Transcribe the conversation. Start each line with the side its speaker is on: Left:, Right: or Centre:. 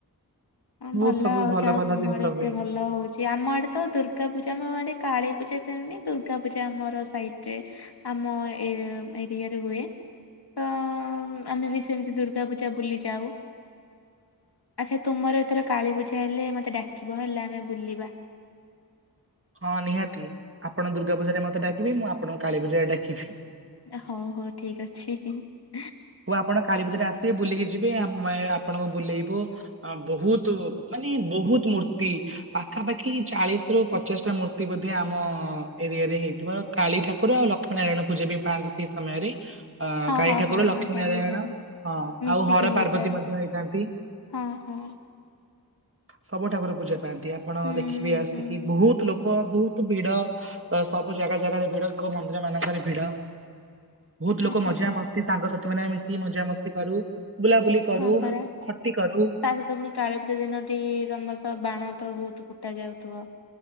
Left: ହଁ
Right: ବହୁତ
Left: ଭଲ
Right: ସବୁ
Left: ଆଉ ଯାହା ହଉ
Right: ଭଲ
Left: ଆଉ ତୁମ
Right: ଜିନିଷ
Left: ଆଡେ ଏତେ
Right: ହୁଏ
Left: ଭଲ ହଉ ଆମ ଆଡେ ତ ଦୁର୍ଗା ପୂଜା ଆମ ଆଡେ କାଳୀ ପୂଜା ହୁଏନି ଦୁର୍ଗା ପୂଜା ଆମର ସାଇଟ୍ ରେ ଆମ ଏ ଏରିଆରେ ହୁଏ। ତଅ ଆମେ ବି ସେମିତି ଦୁର୍ଗା ପୂଜା ବୁଲି ଯାଉ। ଆଚ୍ଛା ତୁମର ଏଥର କାଳୀପୂଜା ହେଲେ ମତେ ଡାକିବ ହେଲା ଆମେ ବୁଲିବା।
Right: ହଁ ନିହାତି ଆପଣ ଦୁର୍ଗା ପୂଜାରେ ମତେ ଡାକିବେ ମୁଁ ଆପଣଙ୍କୁ କାଳୀ ପୂଜାରେ ଡାକିବି।
Left: ଏ ହଉ ହଉ ଠିକ ଅଛି ହିଁ ହିଁ।
Right: ହଉ ଆପଣ କାଳୀ ପୂଜାରେ ଆସି ବୁଲିକି ଯିବେ ଆମେ ଆପଣଙ୍କୁ ବୁଲେଇବୁ ଆ ବହୁତ ମାନେ ବହୁତ ମୂର୍ତ୍ତି ପାଖାପାଖି ଚାଳିଶ ରୁ ପଚାଶ ଟା ମୂର୍ତ୍ତି ବୋଧେ ଆମ ଏରିଆରେ ହେଇଥିବ। କାଳୀ ଠାକୁର ଆଉ ଲକ୍ଷ୍ମୀ ନାରାୟଣ ପୂଜା ବି ପାଆନ୍ତି ସେଇ ସମୟରେ ଅ
Left: ହଁ
Right: କାଳୀ
Left: ହଁ
Right: ଠାକୁର
Left: ହଁ ହଁ
Right: ଲକ୍ଷ୍ମୀ
Left: ଜାଣିଲି
Right: ନାରାୟଣ
Left: ଜାଣିଲି
Right: ହଁ
Left: ମିଶିକି
Right: ଆଉ ହର
Left: ହେଇଥାଏ
Right: ପାର୍ବତୀ ମଧ୍ୟ ହେଇଥାନ୍ତି।
Left: ହଁ ହଁ।
Right: ସବୁଠାକୁର ପୂଜା ପାଆନ୍ତି ଆପଣ
Left: ହୁଁ
Right: ଦେଖିବେ ଆସିକି
Left: ହୁଁ ହୁଁ
Right: ବହୁତ ଲୋ କ ବହୁତ ଭିଡ ସବୁ ଜାଗା ଜାଗାରେ ଭିଡ ସବୁ ମନ୍ଦିର ମାନଙ୍କରେ ଭିଡ ବହୁତ ଲୋକ
Left: ଆଚ୍ଛା
Right: ମଜାମସ୍ତି ସାଙ୍ଗସାଥି ମାନେ ମିଶି ମଜାମସ୍ତି କରୁ ବୁଲାବୁଲି କରୁ
Left: ହଁ ପରା।
Right: ଖଟି କରୁ।
Left: ତା ସହିତ ପୁଣି କାଳୀପୂଜା ଦିନଟି ତମର ତ ବାଣ ତ ବହୁତ ଫୁଟା ଯାଉଥିବ।